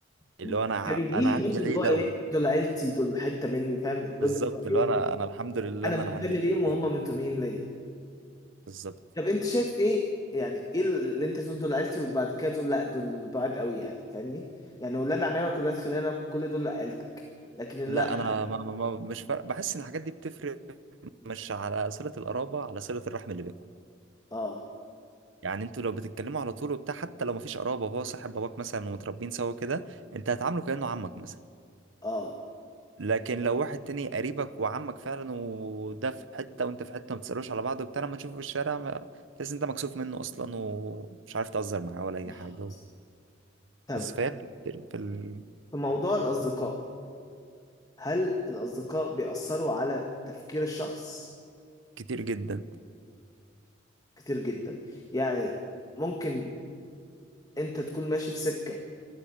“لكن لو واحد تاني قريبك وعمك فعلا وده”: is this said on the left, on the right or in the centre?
Right